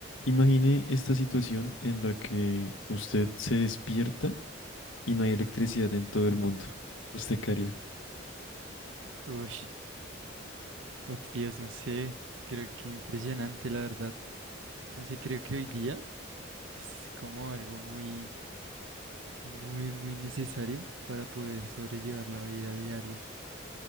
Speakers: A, on the left; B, on the right.
A: Imagine esta situación en la que usted se despierta y no hay electricidad en todo el mundo. ¿Usted qué haría?
B: Uy, uf, Dios, no sé, creo que impresionante, la verdad. No sé, creo que hoy día es como algo muy, muy, muy necesario para poder sobrellevar la vida diaria.